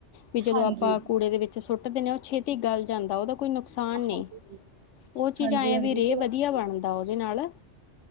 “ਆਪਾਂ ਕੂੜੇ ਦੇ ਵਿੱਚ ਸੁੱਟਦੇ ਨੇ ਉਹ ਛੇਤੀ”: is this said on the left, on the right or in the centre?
Left